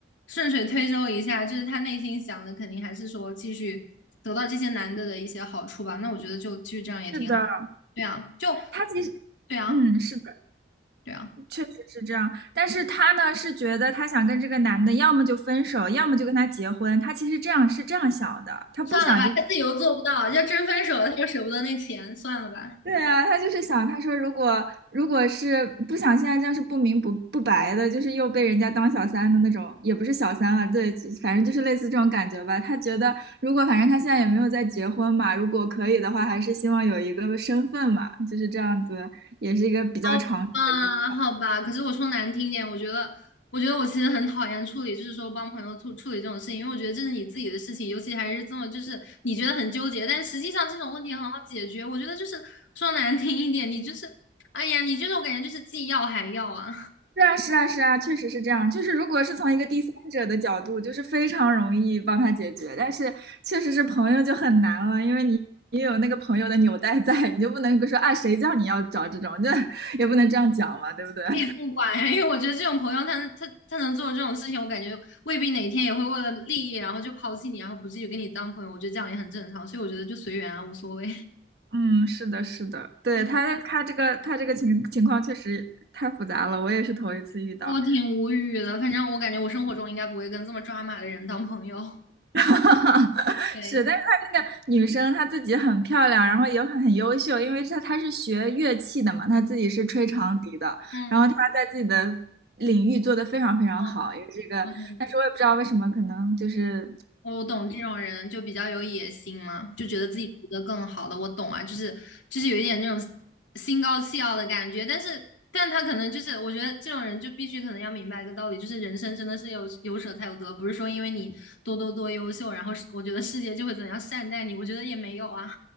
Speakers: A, on the left (about 85°); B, on the right (about 55°).
A: 顺水推舟一下，就是她内心想的肯定还是说继续得到这些男的的一些好处吧。那我觉得就继续这样也挺好。
B: 是的，
A: 对啊，就
B: 他其实，
A: 对啊。
B: 嗯，是的，
A: 对啊，
B: 确实是这样。但是他呢是觉得他想跟这个男的，要么就分手，要么就跟他结婚。他其实这样是这样想的，他不想就是。
A: 算了吧，他自己又做不到，要真分手了，他又舍不得那钱，算了吧。
B: 对啊，他就是想，他说如果如果是不想现在这样是不明不不白的，就是又被人家当小三的那种，也不是小三了，对，就反正就是类似这种感觉吧。他觉得如果反正他现在也没有在结婚嘛，如果可以的话，还是希望有一个身份嘛，就是这样子，也是一个比较长久的依
A: 好吧，好吧。可是我说难听一点，我觉得，我觉得我其实很讨厌处理，就是说帮朋友处处理这种事情，因为我觉得这是你自己的事情，尤其还是这么就是你觉得很纠结，但实际上这种问题很好解决。我觉得就是说难听一点，你就是，哎呀，你就是我感觉就是既要还要啊。
B: 是啊，是啊，是啊，确实是这样。就是如果是从一个第三者的角度，就是非常容易帮他解决，但是确实是朋友就很难了，因为你你有那个朋友的纽带在，你就不能说啊谁叫你要找这种，这也不能这样讲嘛，对不对？<laughs>
A: 他也不管呀，因为我觉得这种朋友他能，他他能做这种事情，我感觉未必哪天也会为了利益，然后就抛弃你，然后不继续跟你当朋友。我觉得这样也很正常，所以我觉得就随缘啊，无所谓。<laughs>
B: 嗯，是的，是的，对，
A: 对，
B: 他他这个他这个情情况确实太复杂了，我也是头一次遇到。
A: 我挺无语的，反正我感觉我生活中应该不会跟这么抓马的人当朋友。<laughs>
B: <laughs>
A: 对，
B: 是，但是她那个女生她自己很漂亮，然后也很很优秀，因为她她是学乐器的嘛，她自己是吹长笛的，
A: 嗯，
B: 然后她在自己的领域做的非常非常好，
A: 嗯，
B: 也是这个，
A: 嗯
B: 但是我也不知道为什么，可能就是，
A: 我懂这种人就比较有野心嘛，就觉得自己值得更好的。我懂啊，就是就是有一点那种心高气傲的感觉，但是但他可能就是我觉得这种人就必须可能要明白一个道理，就是人生真的是有有舍才有得，不是说因为你多多多优秀，然后是我觉得世界就会怎样善待你，我觉得也没有啊。